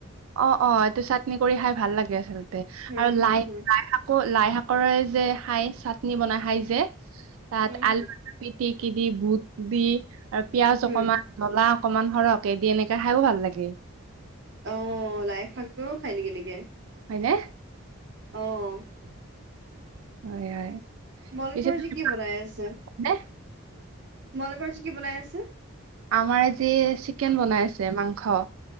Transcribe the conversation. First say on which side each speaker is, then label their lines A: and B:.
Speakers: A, on the right; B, on the right.
A: অঁ অঁ এইটো চাটনি কৰি খাই ভাল লাগে আচলতে,
B: হম
A: আৰু
B: হম
A: লাই লাই
B: হম
A: শাক আকৌ লাই শাকৰে যে খাই চাটনি বনাই খাই যে, তাত
B: হম হম
A: আলু পিটিকি দি বুট দি আৰু পিয়াজ
B: হম
A: অকমান জ্বলা অকমান সৰহকে দি এনেকে খাইও ভাল লাগে।
B: অঁ লাই শাকটোও খায় নেকি এনেকে?
A: হয়নে।
B: অঁ
A: হয় হয়।
B: তোমালকৰ
A: পিছে
B: আজি
A: তুমি
B: কি বনাই আছে?
A: নে
B: তোমালোকৰ আজি কি বনাই আছে?
A: আমাৰ আজি চিকেন বনাই আছে মাংস।